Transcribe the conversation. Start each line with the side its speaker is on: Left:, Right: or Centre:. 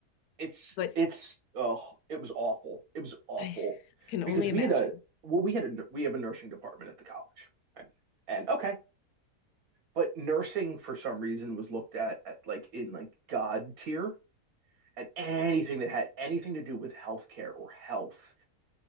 Right: it's
Left: but
Right: it's oh, it was awful. It was awful
Left: I can
Right: because
Left: only imagine.
Right: we had a well, we had a we have a nursing department at the college, and, and okay, but nursing for some reason was looked at at like in like God tier, and anything that had anything to do with healthcare or health